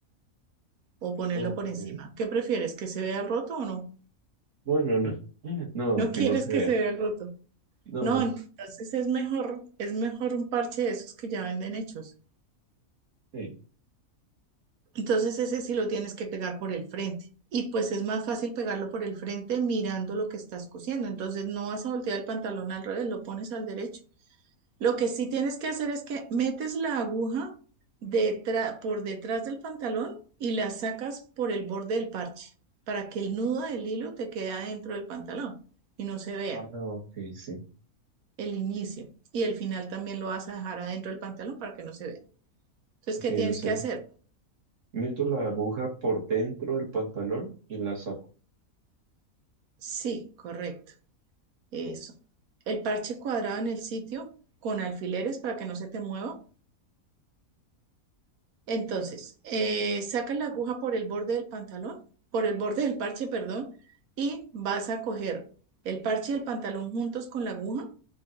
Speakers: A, on the right; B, on the right.
A: o ponerlo
B: ok.
A: por encima. ¿Qué prefieres? ¿Que se vea el roto o no?
B: No, no, no. <laughs> No,
A: No
B: que
A: quieres
B: no se
A: que
B: vea.
A: se vea el roto.
B: No,
A: No,
B: no.
A: entonces es mejor, es mejor un parche de esos que ya venden hechos.
B: Sí.
A: Entonces ese sí lo tienes que pegar por el frente. Y pues es más fácil pegarlo por el frente mirando lo que estás cosiendo. Entonces no vas a voltear el pantalón al revés, lo pones al derecho. Lo que sí tienes que hacer es que metes la aguja detra- por detrás del pantalón y la sacas por el borde del parche para que el nudo del hilo te quede adentro del pantalón y no se vea
B: Ah, ok, sí.
A: el inicio. Y el final también lo vas a dejar adentro del pantalón para que no se vea. Entonces,
B: Ok,
A: ¿qué tienes
B: o sea,
A: que hacer?
B: meto la aguja por dentro del pantalón y la saco.
A: Sí, correcto. Eso. El parche cuadrado en el sitio con alfileres para que no se te mueva. Entonces, eh, sacas la aguja por el borde del pantalón, por el borde del parche, perdón, y vas a coger el parche y el pantalón juntos con la aguja.